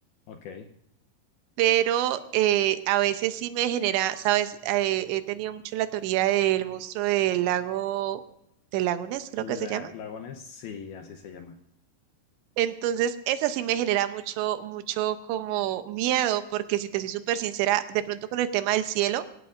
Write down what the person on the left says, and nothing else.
Ok.
La,
lagones, sí, así se llama.